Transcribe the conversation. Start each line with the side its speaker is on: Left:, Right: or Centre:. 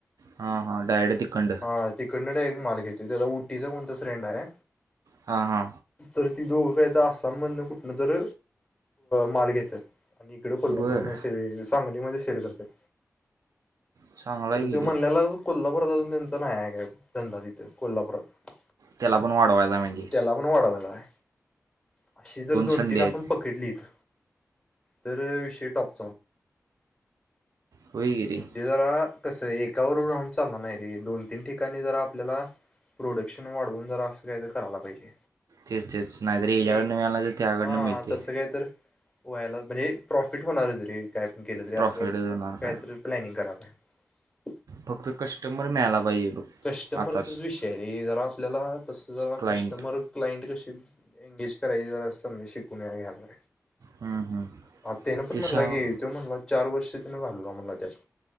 Right: हां हां डायरेक्ट तिकंड
Left: हा तिकडन डायरेक्ट माल घेतो त्याचा उटीचा कोणतर फ्रेंड आहे
Right: हा हा
Left: तर ती दोघं आसाम मधन कुठन तर माल घेतात आणि इकडे कोल्हापूर
Right: बरं
Left: मध्ये सांगलीमध्ये सेल करत्यात
Right: चांगला आहे
Left: तर
Right: की
Left: त्यो म्हणल्याला
Right: रे
Left: कोल्हापूरात अजून त्यांचा नाही का आहे धंदा तिथं कोल्हापुरात
Right: त्याला पण वाढवायला म्हणजे
Left: त्याला पण वाढवायचाय अशी जर दोन
Right: संधी
Left: तीन आपण
Right: आहेत
Left: पकडलीच तर विषय टॉप
Right: होय की रे
Left: म्हणजे जरा कसं एकावर राहून चालणार नाही रे दोन तीन ठिकाणी जरा आपल्याला प्रोडक्शन वाढवून जरा असं काय तर करायला पाहिजे
Right: तेच तेच नाहीतर
Left: कारण
Right: याच्याकडनं
Left: की एक
Right: मिळाला तर त्याकडनं
Left: हा
Right: मिळते
Left: तसं काय तर वयला म्हणजे प्रॉफिट होणारच रे कायपण केलं तरी
Right: प्रॉफिट
Left: असं
Right: होणार
Left: कायतरी
Right: काय
Left: प्लॅनिंग करा <unintelligible>
Right: फक्त कस्टमर मिळायला पाहिजे बघ
Left: कस्टमरचाच
Right: आता
Left: विषय रे जरा आपल्याला तस जरा
Right: क्लायंट
Left: कस्टमर क्लाइंट कशे एंगेज करायची जरा अस म्हणजे शिकून घ्यायला
Right: हम्म, हम्म.
Left: हा त्यान पण
Right: ते शाव
Left: म्हणला की तो म्हणला चार वर्ष त्यान घालवला म्हणला त्यात